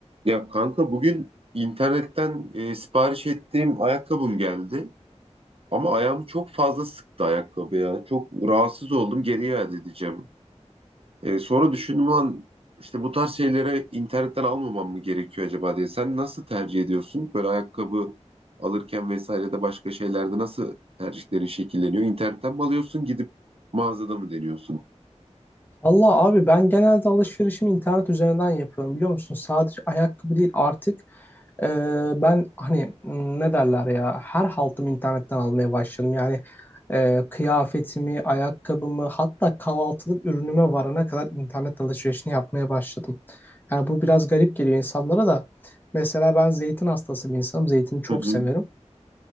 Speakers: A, on the right; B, on the left.
A: Ya kanka bugün internetten e, sipariş ettiğim ayakkabım geldi. Ama ayağımı çok fazla sıktı ayakkabı ya. Çok rahatsız oldum geri iade edeceğim. E, sonra düşündüm lan işte bu tarz şeyleri internetten almamam mı gerekiyor acaba diye. Sen nasıl tercih ediyorsun? Böyle ayakkabı alırken vesaire de başka şeylerde nasıl tercihlerin şekilleniyor? İnternetten mi alıyorsun gidip mağazada mı deniyorsun?
B: Valla abi ben genelde alışverişimi internet üzerinden yapıyorum biliyor musun? Sadece ayakkabı değil artık e, ben hani m, ne derler ya her haltımı internetten almaya başladım. Yani e, kıyafetimi, ayakkabımı hatta kahvaltılık ürünüme varana kadar internet alışverişini yapmaya başladım. Yani bu biraz garip geliyor insanlara da. Mesela ben zeytin hastası bir insanım. Zeytini çok
A: Hı hı,
B: severim.